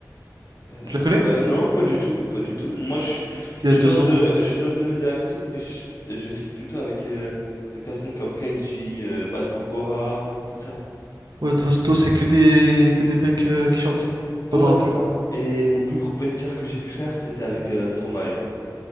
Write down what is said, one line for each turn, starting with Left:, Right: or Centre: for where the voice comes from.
Left: Euh,
Right: Tu la connais?
Left: ouais, non, pas du tout, pas du tout. Moi, je, suis
Right: Il
Left: je
Right: y a
Left: suis
Right: deux
Left: dans le,
Right: ans.
Left: de- je suis dans le domaine de la musique, mais je, je feed plutôt avec euh, des personnes comme Kenji, euh, Matt Pokora, tout ça.
Right: Ouais, toi, toi, c'est que des que des mecs euh, qui chantent, pas
Left: Ouais,
Right: de rap
Left: c'est
Right: du
Left: ça.
Right: coup.
Left: Et mon plus gros banger que j'ai pu faire, c'était avec euh, Stromae.